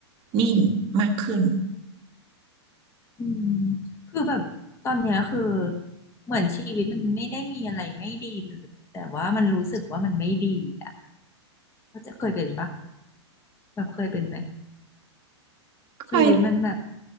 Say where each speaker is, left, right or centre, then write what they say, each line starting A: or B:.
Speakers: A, on the right (about 35°); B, on the left (about 20°).
A: นิ่งมากขึ้น
B: อืมคือแบบตอนเนี้ยคือเหมือนชีวิตมันไม่ได้มีอะไรไม่ดีเลย แต่ว่ามันรู้สึกว่ามันไม่ดีอ่ะก็จะเคยเป็นปะแบบเคยเป็นไหม
A: ค่อย
B: ชีวิตมันแบบ